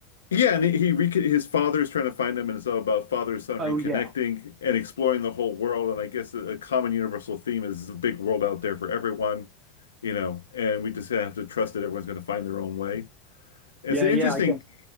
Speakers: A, on the left; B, on the right.
A: Yeah, and he, he recon his father is trying to find him, and it's all about father and son
B: Oh
A: reconnecting
B: yeah,
A: and exploring the whole world. And I guess a, a common universal theme is there's a big world out there for everyone, you know, and we just have to trust that everyone's going to find their own way. It's
B: yeah,
A: an
B: yeah.
A: interesting,
B: I guess.